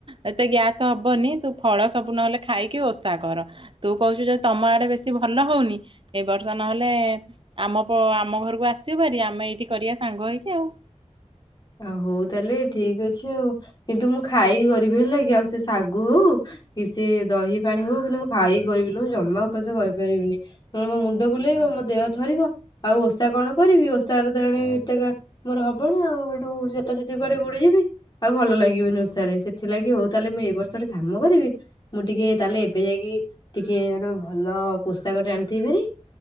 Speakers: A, on the right (about 45°); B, on the left (about 35°).
A: ଏତେ ଗ୍ୟାସ ହବନି। ତୁ ଫଳ ସବୁ ନହେଲେ ଖାଇକି ଓଷା କର। ତୁ କହୁଛୁ ଯଦି ତମ ଆଡେ ବେଶୀ ଭଲ ହଉନି। ଏ ବର୍ଷ ନହେଲେ ଆମ ଆମ ଘରକୁ ଆସିବ ଭାରି, ଆମେ ଏଇଠି କରିବା ସାଙ୍ଗ ହୋଇଇକି ଆଉ।
B: ଆ ହଉ ତାହେଲେ ଠିକ ଅଛି ଆଉ। କିନ୍ତୁ ମୁଁ ଖାଇକି କରିବି ହେଲା କି ଆଉ ସେ ଶାଗୁ ହଉ କି ସେ ଦହି ପାଣି ହଉ, କିନ୍ତୁ ମୁଁ ଖାଇକି କରିବି ଲୋ ମୁଁ ଜମା ଉପାସ କରି ପାରିବିନି। ମୋ ମୁଣ୍ଡ ବୁଲେଇବ, ମୋ ଦେହ ଥରିବ। ଆଉ ଓଷା କଣ କରିବି, ଓଷା ହେଲେ ତ ଏଣେ ଏତେକା ମୋର ହବଣି ଆଉ। <unintelligible> ଆଉ ଭଲ ଲାଗିବନି ଓଷାରେ। ସେଥିଲାଗି ହଉ ତାହେଲେ ମୁଁ ଏଇ ବର୍ଷ ଗୋଟେ କାମ କରିବି ମୁଁ ଟିକେ ତାହେଲେ ଏବେ ଯାଇକି ଟିକେ ଗୋଟେ ଭଲ ପୋଷକ ଟେ ଆଣିଥିବି ଭାରି।